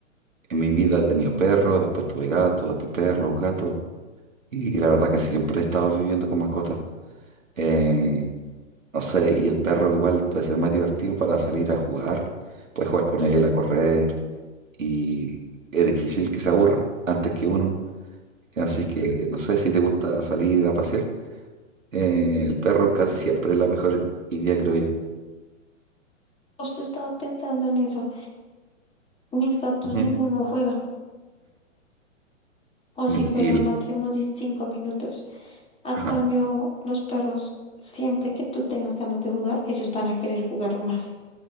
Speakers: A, on the right (about 85°); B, on the left (about 15°).
A: en mi vida he tenido perros, después tuve gatos, después perros, gatos. Y la verdad, casi siempre he estado viviendo con mascotas. eh, No sé, y el perro igual puede ser más divertido para salir a jugar. Puedes jugar con él, a correr, y es difícil que se aburran antes que uno. Así que no sé si te gusta salir a pasear. eh, el perro casi siempre es la mejor idea, creo yo.
B: Justo estaba pensando en eso. Mis gatos
A: Ujú.
B: ninguno juega, o
A: Y,
B: si juegan
A: y el-
B: máximo de cinco minutos. A
A: ajá,
B: cambio, los perros, siempre que tú tengas ganas de jugar, ellos van a querer jugar más.